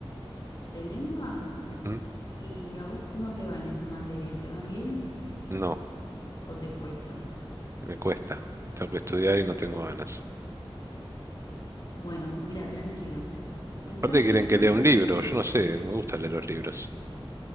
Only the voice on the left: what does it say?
¿De lengua?
¿Y a vos cómo te va en esa materia? ¿Te va bien
o te cuesta?
Bueno, mira, tranquilo. Mostrame,
mostrame
la
carpeta.